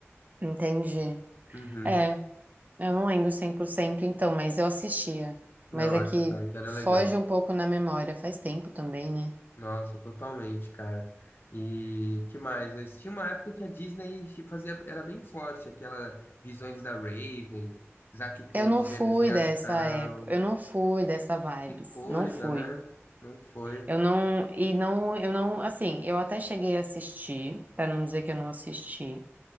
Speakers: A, on the right; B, on the left.
A: Entendi.
B: Uhum.
A: É, eu não lembro 100% então, mas eu assistia. Mas
B: Não,
A: é
B: Arte
A: que
B: Ataque era
A: foge
B: legal.
A: um pouco na memória, faz tempo também, né?
B: Nossa, totalmente, cara. E que mais? Mas tinha uma época que a Disney fazia, era bem forte, aquela Visões da Raven, Zack e Cody,
A: Eu não
B: Gêmeos
A: fui
B: em Ação.
A: dessa época, eu não fui dessa vibes,
B: Que coisa,
A: não fui.
B: né? Não foi.
A: Eu não, e não, eu não, assim, eu até cheguei a assistir, pra não dizer que eu não assisti.